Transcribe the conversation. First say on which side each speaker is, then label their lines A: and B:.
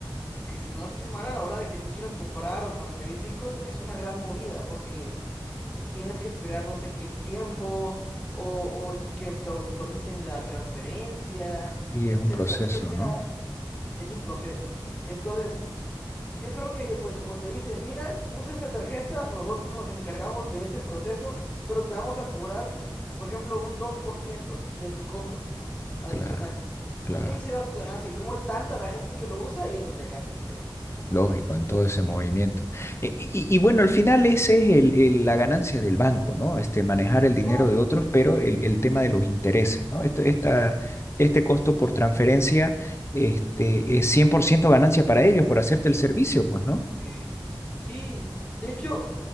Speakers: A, on the left (about 15°); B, on the left (about 30°).
A: que si no estoy mal a la hora de que tú quieras comprar o transferir Bitcoin, es una gran movida porque eh, tienes que esperar no sé qué tiempo o, o que te autoricen la transferencia,
B: Y
A: etcétera,
B: es un proceso,
A: etcétera.
B: ¿no?
A: Es un proceso. Entonces, yo creo que pues como te dicen, mira, usa esta tarjeta, nosotros nos encargamos de ese proceso, pero te vamos a cobrar, por ejemplo, un 2% de tu compra adicional.
B: Claro, claro.
A: Y ahí se va su ganancia. Y como es tanta la gente que lo usa, ahí es donde ganan dinero.
B: Lógico, en todo ese movimiento. E- Y, y bueno, al final esa es el- el- la ganancia del banco, ¿no? Este, manejar el dinero
A: Claro,
B: de otros, pero el, el tema de los intereses, ¿no? este esta, este costo por transferencia, este, es 100% ganancia para ellos por hacerte el servicio, pues, ¿no?
A: Sí, sí, de hecho,